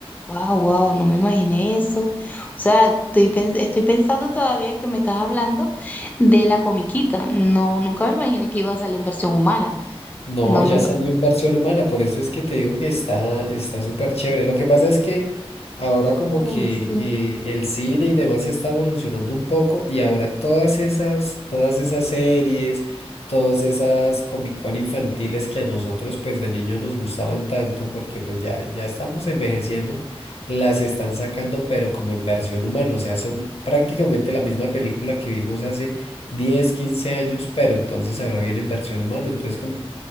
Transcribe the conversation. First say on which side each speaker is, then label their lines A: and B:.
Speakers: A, on the left; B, on the left.
A: Wow, wow, no me imaginé eso. O sea, estoy, pens- estoy pensando todavía que me estás hablando de la comiquita. No, nunca me imaginé que iba a salir en versión humana.
B: No,
A: No
B: ya
A: me lo.
B: salió en versión humana, por eso es que te digo que está está súper chévere. Lo que pasa es que ahora como
A: Uy,
B: que
A: sí,
B: eh, el cine y demás está evolucionando un poco y ahora todas esas, todas esas series, todas esas Comic Con infantiles que a nosotros pues de niños nos gustaban tanto porque pues ya, ya estamos envejeciendo, las están sacando pero como en versión humana, o sea, son prácticamente la misma película que vimos hace 10 15 años, pero entonces ahora viene en versión humana, entonces como